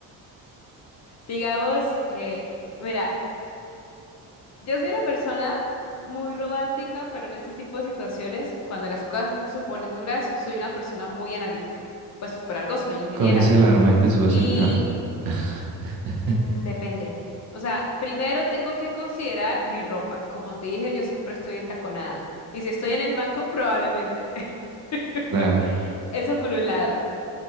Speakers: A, on the left (about 40°); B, on the right (about 55°).
A: Digamos, eh, mira, yo soy una persona muy romántica, pero en este tipo de situaciones, cuando las cosas se ponen duras, soy una persona muy analítica. Pues por algo soy ingeniera.
B: Coges el arma y te subes
A: Y
B: al carro. <laughs>
A: mm, depende. O sea, primero tengo que considerar mi ropa. Como te dije, yo siempre estoy entaconada. Y si estoy en el banco, probablemente. <laughs>
B: Claro,
A: Eso por un lado.